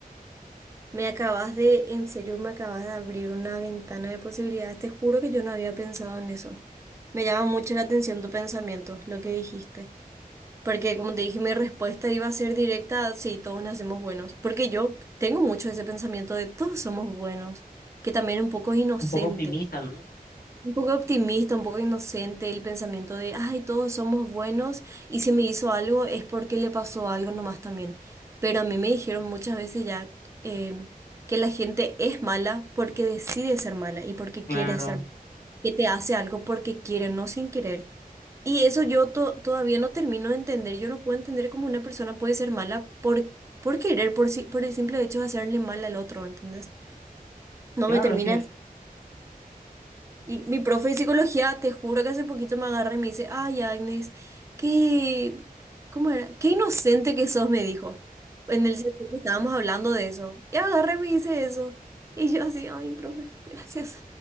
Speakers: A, on the right (about 20°); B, on the left (about 75°).
A: Me acabas de, en serio, me acabas de abrir una ventana de posibilidades. Te juro que yo no había pensado en eso. Me llama mucho la atención tu pensamiento, lo que dijiste. Porque como te dije, mi respuesta iba a ser directa, sí, todos nacemos buenos. Porque yo tengo mucho ese pensamiento de todos somos buenos, que también es un poco inocente.
B: un poco optimista, ¿no?
A: Un poco optimista, un poco inocente el pensamiento de, ay, todos somos buenos y si me hizo algo es porque le pasó algo nomás también. Pero a mí me dijeron muchas veces ya eh, que la gente es mala porque decide ser mala y porque
B: Claro,
A: quiere ser mala, que te hace algo porque quiere, no sin querer. Y eso yo to- todavía no termino de entender, yo no puedo entender cómo una persona puede ser mala por, por querer, por, si- por el simple hecho de hacerle mal al otro, ¿entendés? No
B: claro,
A: me termina.
B: es que
A: Y mi profe de psicología, te juro que hace poquito me agarra y me dice, ay, Agnes, qué, ¿cómo era? Qué inocente que sos, me dijo. En el sentido que estábamos hablando de eso. Y agarra y me dice eso. Y yo así, ay, profe, gracias.